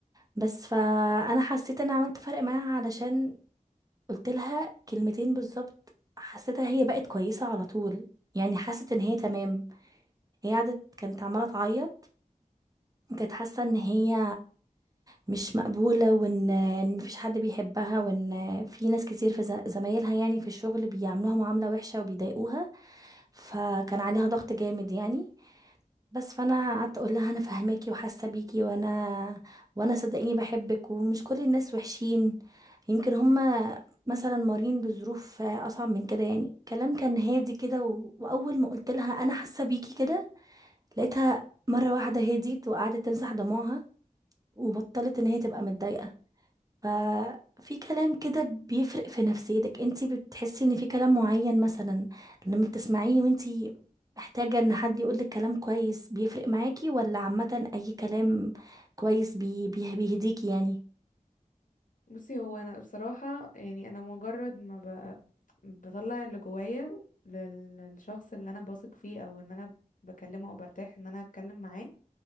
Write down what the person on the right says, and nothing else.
بس فأنا حسيت أنا عملت فرق معاها علشان قلت لها كلمتين بالظبط حسيتها هي بقت كويسة على طول يعني حست إن هي تمام هي قعدت كانت عمالة تعيط وكانت حاسة إن هي مش مقبولة وان إن مفيش حد بيحبها وان في ناس كتير في ز- زمايلها يعني في الشغل بيعاملوها معاملة وحشة وبيضايقوها فكان عليها ضغط جامد يعني بس فانا قعدت اقول لها انا فاهماكي وحاسه بيكي وانا وانا صدقيني بحبك ومش كل الناس وحشين يمكن هما مثلا مارين بظروف اصعب من كده يعني كلام كان هادي كده و... واول ما قلت لها انا حاسه بيكي كده لقيتها مره واحده هديت وقعدت تمسح دموعها وبطلت ان هي تبقى متضايقه ففي كلام كده بيفرق في نفسيتك انتي بتحسي ان في كلام معين مثلا لما بتسمعيه وانتي محتاجة ان حد يقولك كلام كويس بيفرق معاكي ولا عامة اي كلام كويس بي بيه- بيهديكي يعني